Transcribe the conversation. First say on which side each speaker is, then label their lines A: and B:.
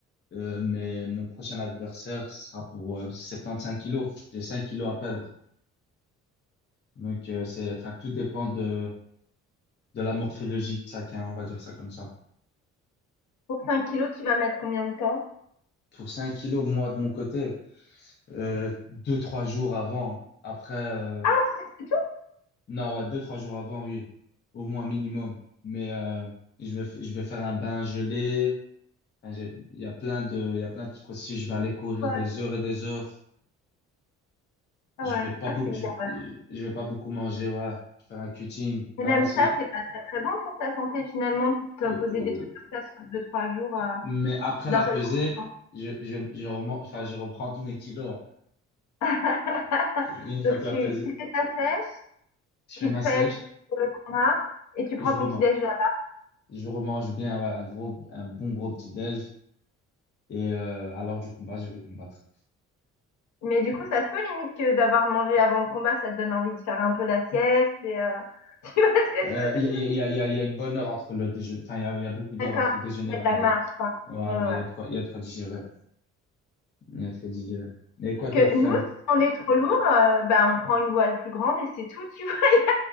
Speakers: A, on the left; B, on the left.
A: euh, mais mon prochain adversaire sera pour euh, 75 kilos. J'ai 5 kilos à perdre. Donc, euh, c'est, enfin, tout dépend de, de la morphologie de chacun, on va dire ça comme ça.
B: Pour 5 kilos, tu vas mettre combien de temps?
A: Pour 5 kilos, moi, de mon côté, euh, 2-3 jours avant, après, euh,
B: Ah, c'est c'est tout?
A: non, ouais, deux trois jours avant, oui, au moins minimum. Mais euh, je vais, f- je vais faire un bain gelé. Enfin, j'ai- Il y a plein de, il y a plein de petits processus. Je vais aller courir
B: Ouais.
A: des heures et des heures.
B: Ah
A: Je
B: ouais.
A: vais pas
B: Ah,
A: beaucoup,
B: c'est
A: je
B: bien.
A: vais, euh, je vais pas beaucoup manger, ouais. Je vais faire un cutting.
B: Et
A: Non,
B: même
A: ouais, c'est,
B: ça, c'est pas très très bon pour ta santé finalement, de t'imposer
A: oh, oh.
B: des trucs comme ça sur deux trois jours euh,
A: mais après
B: d'un
A: la
B: seul
A: pesée,
B: coup. hein.
A: je, je, je remonte, enfin, je reprends tous mes kilos.
B: <laughs>
A: Une fois
B: Donc
A: que la
B: tu,
A: pesée,
B: tu fais ta sèche,
A: je fais
B: tu
A: ma
B: te pèses
A: sèche
B: pour le combat et tu
A: et
B: prends
A: je
B: ton
A: remonte.
B: petit déj là.
A: Je remange bien, ouais, un gros, un bon gros petit-déj. Et euh, à l'heure du combat, je vais combattre.
B: Mais du coup, ça se peut limite que d'avoir mangé avant le combat, ça te donne envie de faire un peu la sieste et euh, <laughs> tu vois ce que
A: Euh,
B: je
A: Il
B: veux
A: y
B: dire?
A: a, il y a, il y a, il y a une bonne heure entre le déjeuner. Enfin, il y a, il y a beaucoup d'heures
B: D'accord,
A: entre le déjeuner
B: Il
A: et le
B: y a
A: combat.
B: de la marche quoi.
A: Ouais, ouais,
B: Ouais, ouais.
A: il y a de quoi, il y a de quoi digérer. Il y a de quoi digérer. Mais quoi, toi,
B: Que
A: tu
B: nous,
A: t'aimerais...
B: si on est trop lourd, euh, bah, on prend une voile plus grande et c'est tout, tu vois. <laughs>